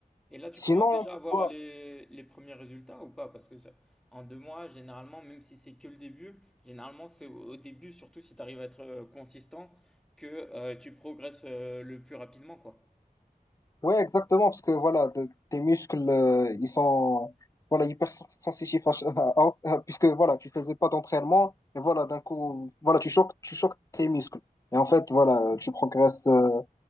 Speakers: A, in the centre; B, on the left.
A: Et là, tu
B: Sinon,
A: commences déjà
B: pourquoi
A: à voir les, les premiers résultats ou pas? Parce que ça- en deux mois, généralement, même si c'est que le début, généralement, c'est au, au début, surtout si tu arrives à être euh, consistant, que euh, tu progresses euh, le plus rapidement, quoi.
B: Ouais, exactement, parce que voilà, t- tes muscles, euh, ils sont voilà, hyper sen- sensitifs, à ch- <laughs> à- à- puisque voilà, tu faisais pas d'entraînement, et voilà, d'un coup, voilà, tu choques, tu choques tes muscles. Et en fait, voilà, tu progresses euh,